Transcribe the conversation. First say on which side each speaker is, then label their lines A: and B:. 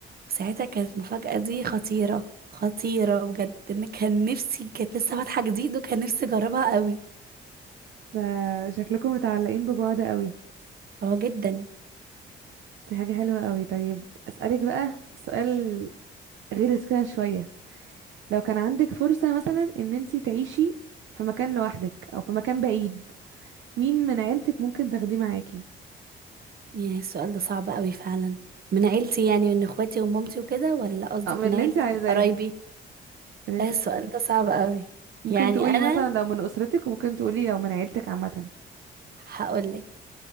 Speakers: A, on the right; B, on the right.
A: وساعتها كانت المفاجأة دي خطيرة خطيرة بجد ان كان نفسي كانت لسه فاتحة جديد وكان نفسي اجربها قوي
B: ده شكلكم متعلقين ببعض قوي
A: اه جدا
B: دي حاجه حلوه قوي طيب اسالك بقى سؤال غير كده شويه لو كان عندك فرصه مثلا ان انتي تعيشي في مكان لوحدك او في مكان بعيد مين من عيلتك ممكن تاخديه معاكي
A: يا السؤال ده صعب قوي فعلا من عيلتي يعني من اخواتي ومامتي وكده ولا قصدك
B: او من
A: من
B: اللي
A: عيلتي
B: انت عايزاه
A: قرايبي
B: اللي انت
A: ده السؤال
B: عايزاه
A: ده صعب قوي
B: ممكن
A: يعني
B: تقولي
A: انا
B: مثلا لو من اسرتك وممكن تقولي لو من عيلتك عامه
A: هقولك